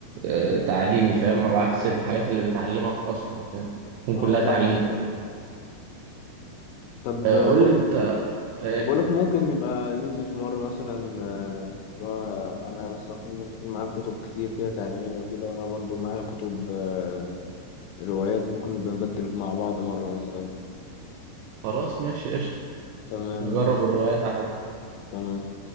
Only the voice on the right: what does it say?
آه، تعليمي فاهم على عكس الحاجات اللي بتعلمك أصلا فاهم بتكون
كلها
تعليم
آه،
قول لي أنت آه،
خلاص ماشي قشطة
نجرب
الروايات عادي